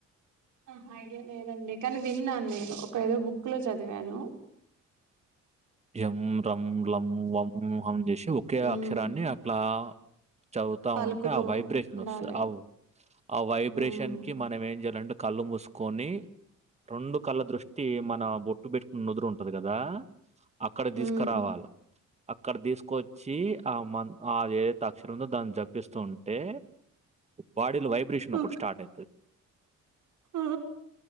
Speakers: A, on the right (about 75°); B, on the right (about 20°).
A: అహ్ ఐడియా లేదండి కాని విన్నాన్ నేను ఒక ఎదొ బుక్క్ లో చదివాను
B: ఎం రం లం వం హం జేషి ఒకే
A: మ్మ్
B: అక్షరాన్ని అట్లా చదువ్తా
A: పలుకుతూ
B: ఉంటె ఆ వైబ్రేషనొస్తద్
A: ఉండాలి
B: అవ్ అ వైబ్రేషన్
A: మ్మ్
B: కి మనమేం జెయ్లంటె కళ్ళు మూస్కోని రొండు కళ్ళ దృష్టీ మన బొట్టు బెట్టుకున్ నుదురుంటది గదా అక్కడ
A: మ్మ్
B: దీస్కరావాల అక్కడ దీస్కొచ్చీ ఆమన్ ఆదేదైత్ అక్షరుందొ దాన్ జపిస్తూంటే బాడీలొ వైబ్రేషనొకటి
A: ఓకే
B: స్టాటైతద్
A: ఆ